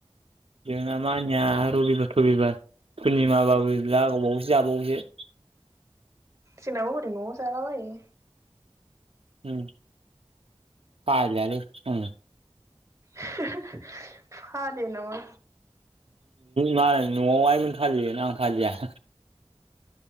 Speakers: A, on the right; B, on the right.
A: जोंना मानिया रबिबार थबिबार पुर्निमाबाबो लागावबावोसो जाबावोसो
B: जोंनाबो हरै न'आव जालाबायो
A: उम फालियालै आङो
B: <unintelligible> फालिया नामा
A: मालाय नआव आइमोन फालियोना आं फालिया